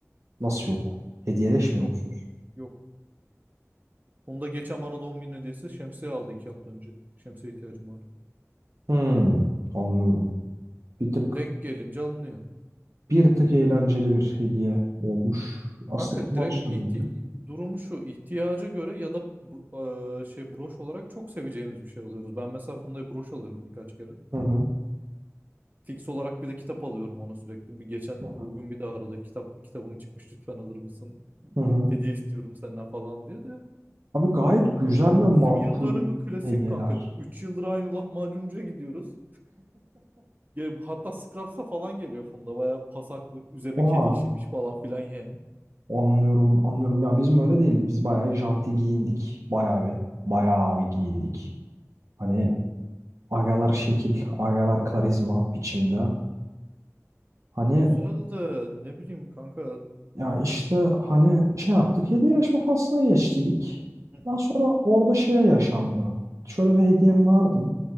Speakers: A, on the right; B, on the right.
A: Nasıl yok? Hediyeleşmiyor
B: Yok.
A: musunuz?
B: Yok. Onu da geçen bana doğum günü hediyesi şemsiye aldı iki hafta önce. Şemsiye ihtiyacım vardı.
A: Hmm, anlıyorum. Bir tık
B: Denk gelince alınıyor.
A: bir tık eğlenceli bir hediye olmuş. Aslında
B: Kanka
A: kullanışlı
B: direkt ihti-
A: bir hediye.
B: durum şu. ihtiyaca göre ya da bro- e, şey broş olarak çok seveceğimiz bir şey alıyoruz. Ben mesela Funda'ya broş alıyorum birkaç kere.
A: Hı hı.
B: Fix olarak bir de kitap alıyorum ona sürekli. Bir geçen
A: Hı hı.
B: bugün bir de aradı. Kitap kitabım çıkmış lütfen alır mısın?
A: Hı hı.
B: Hediye istiyorum senden falan diye de.
A: Abi gayet güzel
B: Bizim
A: ve makul
B: yıl dönümü klasik
A: hediyeler.
B: kanka. üç yıldır aynı lahmacuncuya gidiyoruz. Ya hatta Scraps'a falan geliyor Funda. Bayağı pasaklı. Üzerine
A: Oha,
B: kedi işemiş falan filan yani.
A: anlıyorum, anlıyorum. Ya bizim öyle değildi. Biz bayağı janti giyindik. Bayağı bir, bayağı bir giyindik. Hani Agalar şekil, agalar karizma biçimde. Hani
B: Güzel de ne bileyim kanka.
A: ya işte hani şey yaptık hediyeleşme faslına geçtiydik.
B: Hı.
A: Daha sonra orada şey yaşandı. Şöyle bir hediyem verdim.